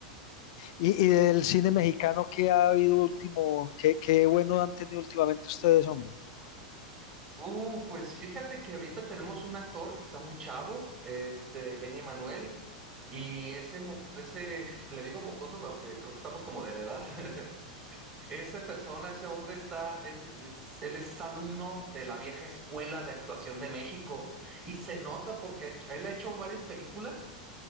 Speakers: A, on the left; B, on the right.
A: Y, y del cine mexicano que ha habido último, qué, qué bueno han tenido últimamente ustedes, hombre.
B: Uh, pues fíjate que ahorita tenemos un actor que está muy chavo, este Benny Manuel. Y ese, mo- ese, <laughs> le digo mocoso, aunque creo que estamos como de la edad, <laughs> Esa persona, ese hombre está, es, es- él es alumno de la vieja escuela de actuación de México y se nota porque ha hecho- él ha hecho varias películas,